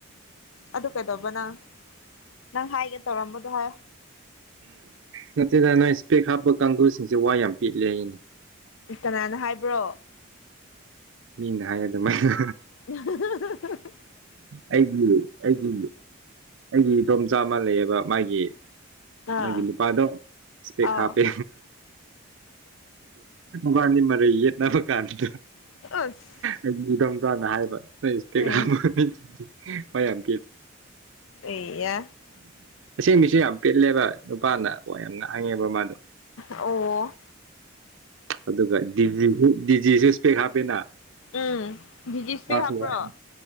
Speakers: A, on the left (about 75°); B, on the right (about 65°).
A: ꯑꯗꯨ ꯀꯩꯗꯧꯕ ꯅꯪ ꯅꯪ ꯍꯥꯏꯒꯦ ꯇꯧꯔꯝꯕꯗꯣ ꯍꯥꯏ
B: ꯅꯠꯇ꯭ꯔꯒ ꯅꯣꯏ ꯏꯁꯄꯦꯛ ꯍꯥꯞꯄ ꯀꯥꯡꯒꯁꯤꯡꯁꯦ ꯋꯥ ꯌꯥꯝ ꯄꯤꯠꯂꯤ ꯑꯩꯅꯤ
A: ꯀꯅꯥꯅ ꯍꯥꯏꯕ꯭ꯔꯣ
B: ꯃꯤꯅ ꯍꯥꯏꯌꯦ ꯑꯗꯨꯃꯥꯏꯅ
A: <inaudible>
B: ꯑꯩꯒꯤ ꯑꯩꯒꯤ ꯑꯩꯗꯤ ꯏꯇꯣꯝꯆꯥ ꯃꯥꯜ ꯂꯩꯑꯦꯕ ꯃꯥꯒꯤ
A: ꯑꯥ
B: ꯃꯥꯒꯤ ꯅꯨꯄꯥꯗꯣꯄꯦꯛ
A: ꯑꯥꯎ
B: ꯍꯥꯄꯦ ꯕꯥꯅꯤ ꯃꯔꯩ ꯌꯦꯠꯅꯕ ꯀꯥꯟꯗ
A: ꯑꯁ
B: ꯑꯩ ꯅꯤꯡ ꯆꯥꯅ ꯍꯥꯏꯕ ꯅ ꯏꯁꯄꯦꯛ
A: ꯎꯝ
B: ꯍꯥꯄ ꯌꯥꯝ
A: ꯑꯦꯌꯥ
B: ꯑꯁꯦꯡꯕꯤꯁꯨ ꯌꯥꯝ ꯄꯤꯜꯂꯦꯕ ꯅꯨꯄꯥꯅ ꯋꯥ ꯌꯥꯝ ꯉꯥꯡꯉꯦꯕ ꯃꯥꯗꯣ
A: ꯑꯣ
B: ꯑꯗꯨꯒꯗꯤꯁꯨ ꯗꯤꯖꯤꯁꯨ ꯏꯁꯄꯦꯛ ꯍꯥꯞꯄꯦꯅ
A: ꯎꯝ ꯕꯤꯖꯤꯁꯄꯦ
B: ꯃꯥꯁꯨ
A: ꯍꯥꯄ꯭ꯔꯣ
B: ꯋꯥ